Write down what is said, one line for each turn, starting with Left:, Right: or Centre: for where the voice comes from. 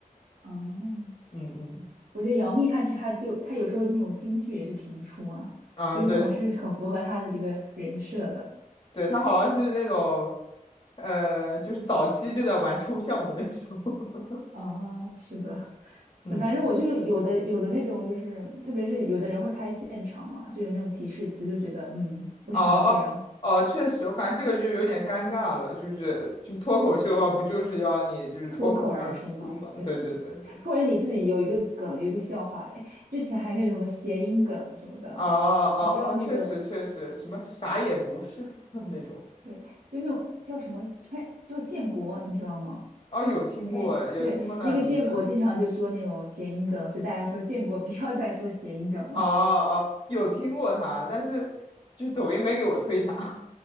Right: 哦，
Left: 嗯嗯
Right: 我觉得杨幂她这她就她有时候那种京剧也是评出啊，
Left: 嗯，
Right: 就这种是很符合她的这个人设的。
Left: 对对，她好像是那种，呃，就是早期就在玩抽象的那种。<laughs>
Right: 哦，是的。
Left: 嗯，
Right: 反正我就是有的有的那种，就是特别是有的人会拍现场嘛，就有那种提示词，就觉得嗯，为什么要这样
Left: 哦哦哦，确实，我感觉这个就有点尴尬了。就是就是脱口秀的话，不就是要你就是脱口而出嘛？
Right: 脱口而出嘛？对，
Left: 对对对对。
Right: 或者你自己有一个梗，有一个笑话，哎，之前还有那种什么谐音梗什么的，
Left: 哦哦哦，
Right: 你知道那个
Left: 确实确实，什么啥也不是 <laughs> 那种。
Right: 对，就那种叫什么川叫建国，你知道吗？
Left: 哦，有听过诶，
Right: 应该对，
Left: 有听过他的名字。
Right: 那个建国经常就说那种谐音梗，所以大家说建国 <laughs> 不要再说谐音梗了。
Left: 哦哦，有听过他，但是就是抖音没给我推他。